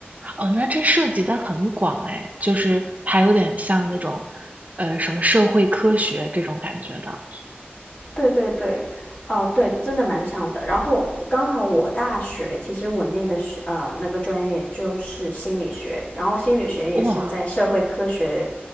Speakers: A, on the right; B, on the left.
A: 哦，那这涉及的很广哎，就是还有点像那种，呃，什么社会科学这种感觉的。
B: 对对对，呃，对，真的蛮像的。然后刚好我大学其实我念的是呃那个专业就是心理学，然后心理学也是在社会科学
A: 哇，